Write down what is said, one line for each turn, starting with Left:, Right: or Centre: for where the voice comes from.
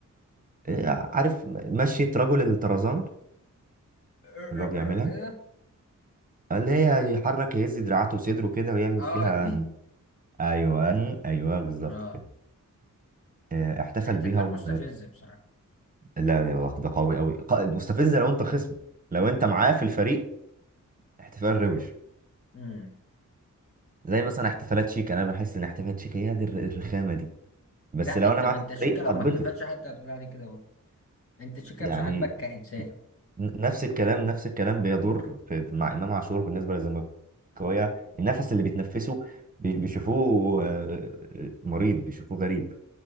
Right: إيه، عارف مشية رجل الطرزان
Left: <laughs>
Right: اللي هو بيعملها
Left: كده
Right: اللي هي يحرك يهز دراعاته وصدره كده ويعمل
Left: اه
Right: فيها
Left: دي
Right: ن- ايوه ن- ايوه بالظبط
Left: اه
Right: كده آه، احتفل
Left: احتفال
Right: بيها وكانت
Left: مستفز بصراحة
Right: لا يا الله، ده قوي قوي ق- مستفزه لو انت خصم لو انت معاه في الفريق احتفال روش
Left: امم
Right: زي مثلا احتفالات شيك انا بحس ان احتفالات شيك هي دي الر- الرخامه دي بس
Left: لا
Right: لو
Left: انت
Right: انا معاه
Left: ما
Right: في
Left: انت
Right: الفريق
Left: شيكا لو
Right: هتبسط
Left: ما احتفلش حتى هتقول عليه كده برضه انت شيكا
Right: يعني
Left: مش عاجبك كإنسان
Right: ن- نفس الكلام نفس الكلام بيدور في في- مع امام عاشور بالنسبه للزملكاويه النفس اللي بيتنفسه بي- بيشوفوه آه، آه، مريض بيشوفوه غريب